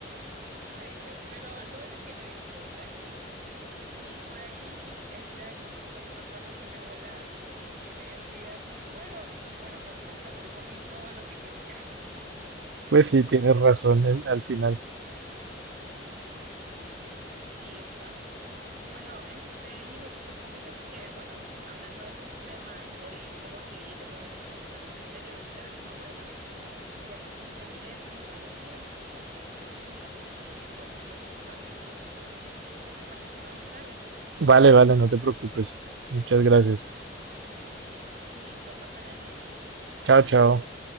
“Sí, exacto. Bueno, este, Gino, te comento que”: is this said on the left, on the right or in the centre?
Right